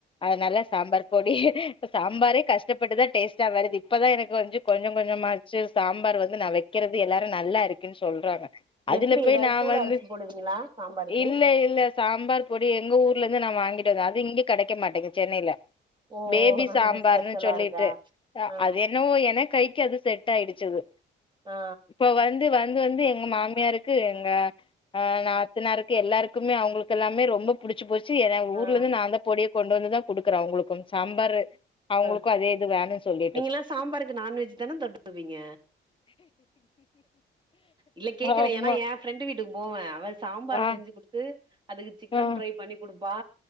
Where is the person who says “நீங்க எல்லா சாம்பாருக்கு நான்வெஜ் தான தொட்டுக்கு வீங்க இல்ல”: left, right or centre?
Right